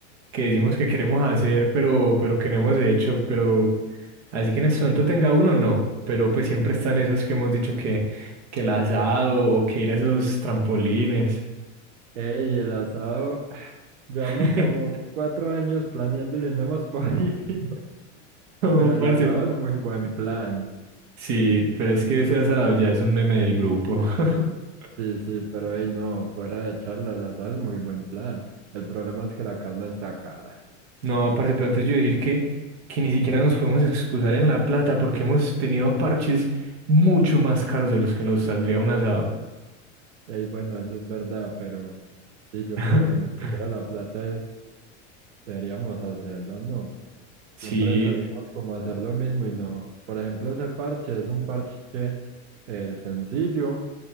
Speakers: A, on the right; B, on the right.
A: que decimos que queremos hacer, pero, pero que no hemos hecho. Pero así que en este momento tenga uno, no. Pero pues siempre están esos que hemos dicho que, que el asado o que ir a esos trampolines.
B: Ey, el asado, <laughs> llevamos
A: <laughs>
B: como cuatro años planeándolo y no hemos podido, <laughs>
A: No,
B: pero
A: parce.
B: el asado es muy buen plan.
A: Sí, pero es que ese asado ya es un meme del grupo. <laughs>
B: Sí, sí, pero ey, no, fuera de charla, el asado es muy buen plan. El problema es que la carne está cara.
A: No, parce, pero antes yo decir que, que ni siquiera nos podemos excusar en la plata porque hemos tenido parches mucho más caros de los que nos saldría un asado.
B: Ey, bueno, eso es verdad, pero sí, yo
A: <laughs>
B: creo que ni siquiera la plata es, deberíamos hacerlo, ¿no?
A: Sí,
B: Siempre salimos como a hacer lo mismo y no. Por ejemplo, ese parche es un parche eh, sencillo,